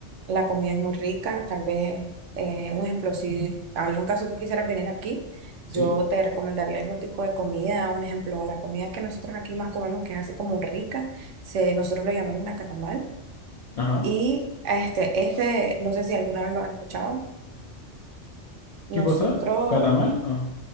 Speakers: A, on the right; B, on the left.
A: la comida es muy rica. Tal vez, eh, un ejemplo, si algún caso tú quisieras venir aquí, yo
B: sí.
A: te recomendaría algún tipo de comida. Un ejemplo, la comida que nosotros aquí más comemos, que es así como rica, se, nosotros lo llamamos nacatamal.
B: Ajá.
A: Y este, este, no sé si alguna vez lo has escuchado.
B: ¿Qué
A: Nosotros
B: cosa? ¿Catamal? Ah.